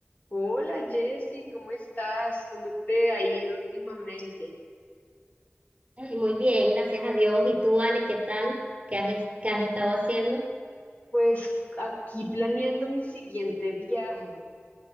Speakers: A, on the left (about 35°); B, on the right (about 25°).
A: Hola Jessy, ¿cómo estás? ¿Cómo te ha ido últimamente?
B: Ay, muy bien, gracias a Dios. ¿Y tú, Ale, qué tal? ¿Qué has, est- qué has estado haciendo?
A: Pues aquí planeando mi siguiente viaje.